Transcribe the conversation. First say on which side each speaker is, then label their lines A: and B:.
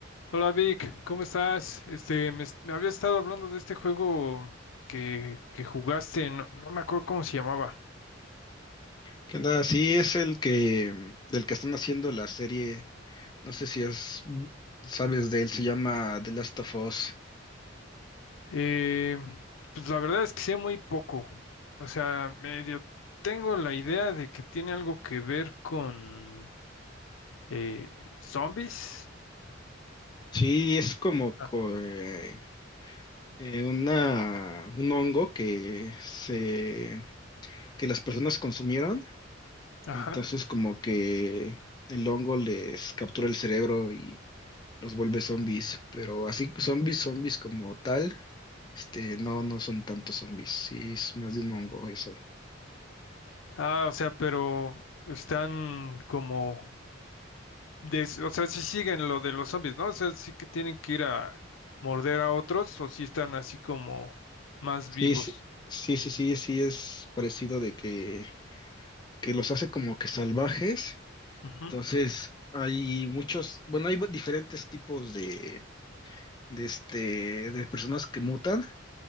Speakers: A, on the left (about 85°); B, on the left (about 20°).
A: Hola Vic, ¿cómo estás? Este, me, es- me habías estado hablando de este juego que, que jugaste, no, no me acuerdo cómo se llamaba.
B: ¿Qué onda? Sí, es el que mm, del que están haciendo la serie. No sé si es, sabes de él, se llama The Last of Us.
A: Eh, pues la verdad es que sé muy poco. O sea, medio tengo la idea de que tiene algo que ver con eh, zombies.
B: Sí, es como
A: Ah.
B: co- eh, eh, una un hongo que se que las personas consumieron.
A: Ajá.
B: Entonces, como que el hongo les captura el cerebro y los vuelve zombies. Pero así, zombies, zombies como tal, este, no, no son tantos zombies. Sí, es más de un hongo eso.
A: Ah, o sea, pero están como des- o sea, si siguen lo de los zombies, ¿no? O sea, sí que tienen que ir a morder a otros o si están así como más
B: Sí,
A: vivos.
B: sí, sí, sí, sí, sí es parecido de que, que los hace como que salvajes.
A: Ujú,
B: Entonces, hay muchos, bueno, hay diferentes tipos de, de este, de personas que mutan.